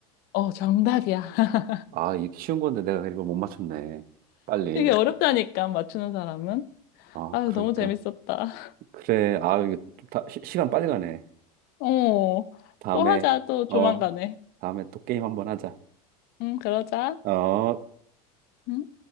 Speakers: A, on the left (about 55°); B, on the right (about 50°).
A: 어, 정답이야. <laughs>
B: 아, 이게 쉬운 건데 내가 이걸 못 맞췄네. 빨리.
A: 이게 어렵다니까, 맞추는 사람은.
B: 아,
A: 아유,
B: 그러니까.
A: 너무 재밌었다.
B: 그래. 아, 이게 좀 다, 시, 시간 빨리 가네.
A: <laughs> 어,
B: 다음에,
A: 또 하자, 또
B: 어,
A: 조만간에.
B: 다음에 또 게임 한번 하자.
A: 응, 그러자.
B: 어.
A: 응?